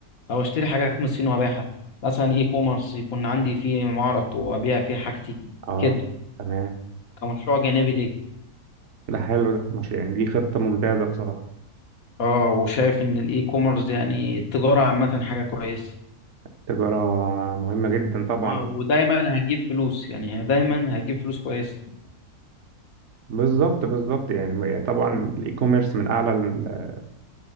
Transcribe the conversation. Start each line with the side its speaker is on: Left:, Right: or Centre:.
Left: او اشتري حاجات من الصين وابيعها مثلا اي كوميرس يكون عندي فيه معرض وابيع فيه حاجتي
Right: اه
Left: كده
Right: تمام
Left: كمشروع جانبي ليه
Right: ده حلو ده مش يعني دي خطة ممتازة بصراحة
Left: اه وشايف ان الاي كوميرس يعني التجارة عامة حاجة كويسة
Right: تجارة مهمة جدا طبعا
Left: اه ودايما هتجيب فلوس يعني هي دايما هتجيب فلوس كويس
Right: بالظبط بالظبط يعني طبعا الاي كوميرس من اعلى ال-